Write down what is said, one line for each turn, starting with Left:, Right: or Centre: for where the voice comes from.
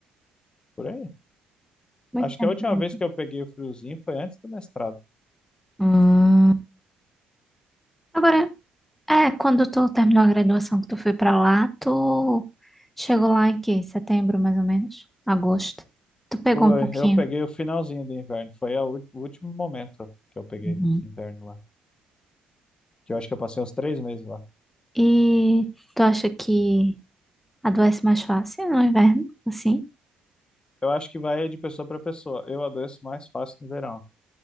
Left: por aí.
Centre: Muito
Left: Acho
Centre: tempo
Left: que a última
Centre: mesmo.
Left: vez que eu peguei o friozinho foi antes do mestrado.
Centre: Hum. Agora, é, quando tu terminou a graduação que tu foi pra lá, tu chegou lá em que? Setembro, mais ou menos? Agosto? Tu pegou
Left: Foi,
Centre: um pouquinho.
Left: eu peguei o finalzinho do inverno, foi a ú- o último momento que eu peguei
Centre: Uhum.
Left: inverno lá. Que eu acho que eu passei uns três meses lá.
Centre: E, e tu acha que adoece mais fácil no inverno? Assim?
Left: Eu acho que vai de pessoa para pessoa. Eu adoeço mais fácil no verão.